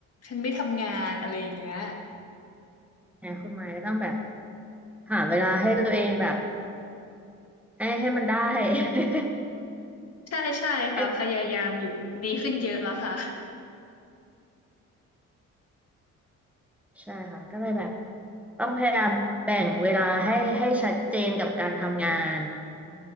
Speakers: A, on the left; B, in the centre.
A: ฉันไม่ทำงานอะไรอย่างเงี้ย
B: นะคุณไมค์ก็ต้องแบบหาเวลาให้ตัวเองแบบให้ให้มันได้ <laughs>
A: ใช่ใช่ค่ะพยายามอยู่ดีขึ้นเยอะแล้วค่ะ
B: ให้ใช่ค่ะก็เลยแบบต้องพยายามแบ่งเวลาให้ให้ชัดเจนกับการทำงาน